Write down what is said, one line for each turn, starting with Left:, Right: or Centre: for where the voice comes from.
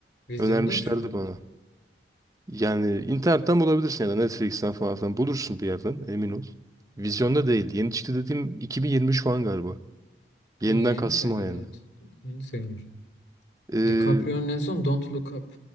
Left: Vizyonda
Right: Önermişlerdi
Left: mı şu an?
Right: bana. Yani internetten bulabilirsin ya da Netflix'ten falan filan. Bulursun bir yerden emin ol. Vizyonda değil. Yeni çıktı dediğim 2023 falan galiba. Yeniden
Left: Ha yeni
Right: kastım
Left: sayılır
Right: o yani.
Left: evet. Yeni sayılır.
Right: Heh.
Left: DiCaprio'nun en son Don't Look Up